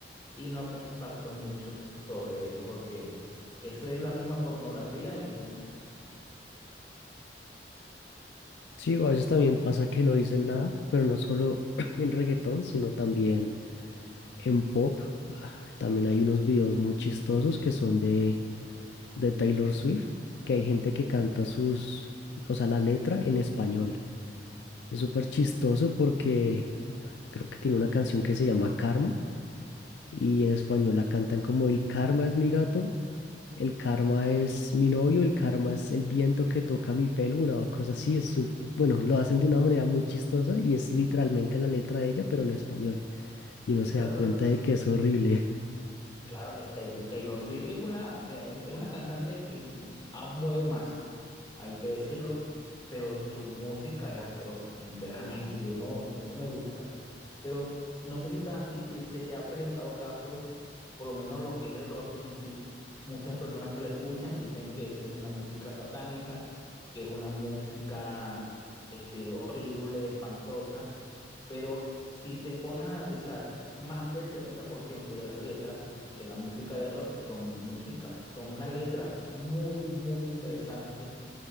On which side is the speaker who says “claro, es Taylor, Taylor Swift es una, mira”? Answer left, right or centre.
Left